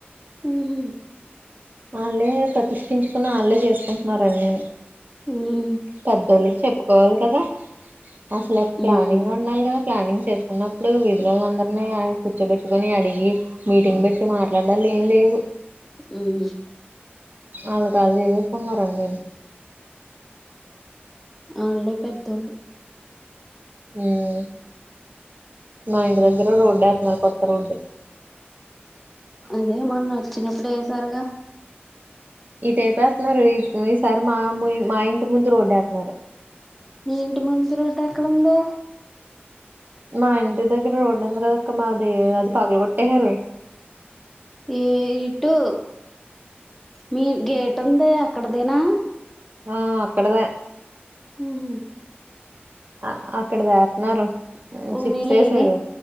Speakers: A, in the centre; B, on the right.
A: హుమ్మ్
B: ఆళ్ళే ప్రతిష్ఠించుకుని ఆళ్ళే చేసుకుంటున్నారు అనిని
A: ఉమ్
B: పద్దోళ ఓప్పుకోవాలి కదా అసలు ఒక ప్లానింగ్
A: ఉమ్
B: ఉండాలి కదా ప్లానింగ్ చేసుకున్నప్పుడు వీధులో అందరినీ కూర్చోబెట్టుకొని అడిగి మీటింగ్ పెట్టి మాట్లాడాలి ఏం లేవు
A: హమ్
B: అలా కళ్ళు చేసెస్కుంటున్నారు అన్నినీ
A: అల్లే పెద్దోళ్ళు
B: హమ్ మా ఇంటి దగ్గర రోడ్డు ఎత్తున్నారు కొత్త రోడ్డు
A: అదే మొన్న వచ్చినప్పుడు ఎసరుగా
B: ఇటైపు ఎత్తనారు ఈ ఈసారి మా ము మా ఇంటి ముందు రోడ్డు ఎత్తనారు
A: మీ ఇంటి ముందు రోడ్డు ఎక్కడుంది
B: మా ఇంటి దగ్గర రోడ్డు ఉంది కద అక్క మాది అది పగలగొట్టేయారు
A: ఏ ఇటు మీ గేట్ ఉంది అక్కడదేనా
B: ఆ అక్కడదే
A: హుమ్మ్
B: ఆ అక్కడ దతున్నారు
A: పోనీలే
B: చిప్స ఏసారు
A: ఏది